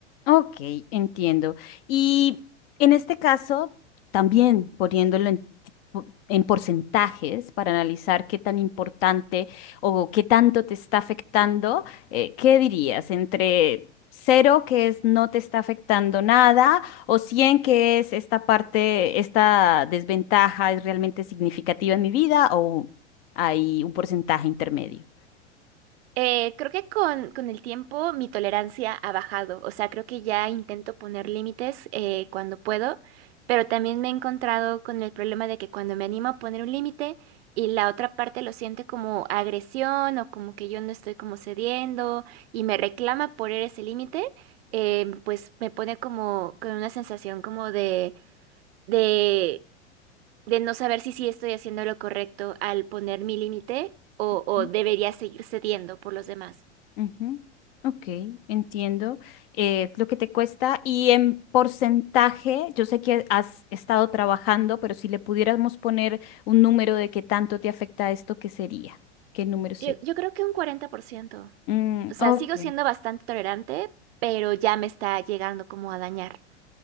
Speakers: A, on the left; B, on the right.
A: Ok, entiendo. Y en este caso, también poniéndolo en, po- en porcentajes para analizar qué tan importante o qué tanto te está afectando, eh, ¿qué dirías? Entre cero, que es no te está afectando nada, o cien que es esta parte, esta desventaja es realmente significativa en mi vida, o hay un porcentaje intermedio.
B: Eh, creo que con, con el tiempo mi tolerancia ha bajado, o sea, creo que ya intento poner límites eh, cuando puedo, pero también me he encontrado con el problema de que cuando me animo a poner un límite y la otra parte lo siente como agresión o como que yo no estoy como cediendo y me reclama por ese límite, eh, pues me pone como con una sensación como de, de, de no saber si sí estoy haciendo lo correcto al poner mi límite o,
A: Ujú.
B: o debería seguir cediendo por los demás.
A: Ujú, Ok, entiendo eh, lo que te cuesta y en porcentaje, yo sé que has estado trabajando, pero si le pudiéramos poner un número de qué tanto te afecta esto, ¿qué sería? ¿Qué número sería?
B: Yo, yo creo que un cuarenta por ciento
A: Mm,
B: O sea,
A: ok.
B: sigo siendo bastante tolerante, pero ya me está llegando como a dañar.